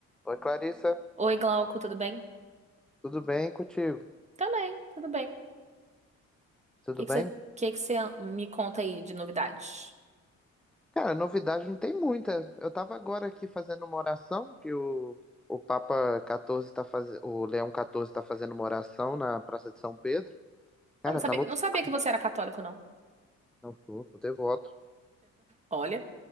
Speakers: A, in the centre; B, on the right.
A: Oi, Clarissa,
B: Oi, Glauco, tudo bem?
A: tudo bem contigo?
B: Também, tudo bem. O
A: Tudo
B: que
A: bem?
B: que você, que que você me conta aí de novidades?
A: Cara, novidade não tem muita. Eu tava agora aqui fazendo uma oração, que o, o Papa 14 tá fazendo, o Leão 14 tá fazendo uma oração na Praça de São Pedro. Cara,
B: Ah, não sabia,
A: tá lotado.
B: não sabia que você era católico, não.
A: Não, sou, sou devoto.
B: Olha,